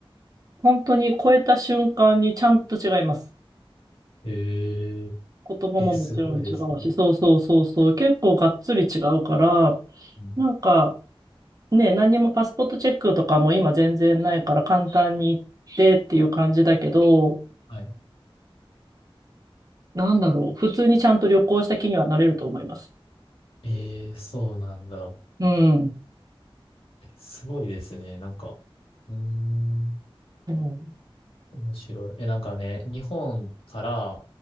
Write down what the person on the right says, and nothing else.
本当に越えた瞬間にちゃんと違います。
言葉ももちろん違うし、
そうそうそうそう、結構がっつり違うから、
なんかね、何にもパスポートチェックとかも今全然ないから簡単に行ってっていう感じだけど、
なんだろう、普通にちゃんと旅行した気にはなれると思います。
うん。
うん。